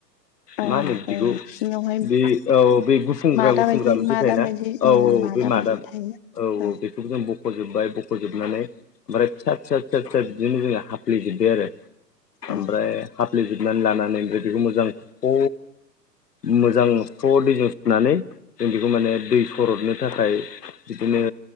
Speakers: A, on the left (about 35°); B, on the left (about 70°).
A: औ
B: मा होनो बिदिखौ?
A: औ सिङावहाय
B: बे औ बे गुफुंग्रा-गुफुंग्रा
A: मादा बायदि
B: मोनसे
A: मादा
B: थायोना।
A: बायदि ओ
B: औ-औ बे मादा
A: बायदि थायो
B: औ-औ
A: औ
B: बेखौ जों बख'जोबबाय बख'जोबनानै ओमफ्राय फिसा फिसा फिसा बिदिनो जोङो हाफ्लेेजोबबाय आरो।
A: औ
B: ओमफ्राय हाफ्लेेजोबनानै लानानै ओमफ्राय बेखौ मोजां थख' मोजां स्र दैजों सुनानै जों बेखौ माने दै सरदनो थाखाय बिदिनो